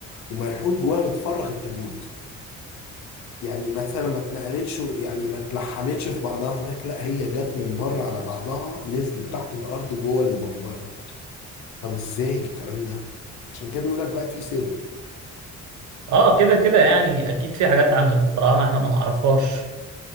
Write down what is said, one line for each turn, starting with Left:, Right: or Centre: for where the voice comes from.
Left: ومنحوت جواها متفرغ التابوت يعني مثلا ما اتنقلتش يعني ما اتلحمتش في بعضها هناك لا هي جت من بره على بعضها نزلت تحت الارض جوه المقبره طب ازاي الكلام ده عشان كده بيقول لك بقى في سر
Right: اه كده كده يعني اكيد في حاجات عن الفراعنه احنا ما نعرفهاش